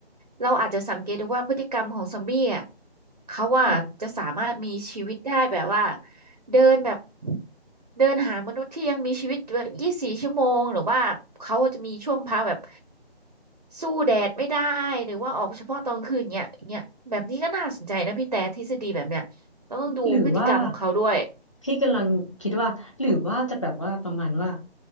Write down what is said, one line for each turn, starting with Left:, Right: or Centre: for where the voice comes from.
Right: เราอาจจะสังเกตดูว่าพฤติกรรมของซอมบี้อ่ะเขาว่าจะสามารถมีชีวิตได้แบบว่า
Left: ค่ะ
Right: เดินแบบเดินหามนุษย์ที่ยังมีชีวิตแบบยี่สบสี่ชั่วโมงหรือว่าเขาจะมีช่วงพักแบบสู้แดดไม่ได้หรือว่าออกเฉพาะตอนคืนเนี้ยเนี้ยแบบนี้ก็น่าสนใจนะพี่แต่ทฤษฎีแบบเนี้ยเราต้องดูพฤติกรรมของเขาด้วย
Left: หรือว่าพี่กำลังคิดว่าหรือว่าจะแบบว่าประมาณว่า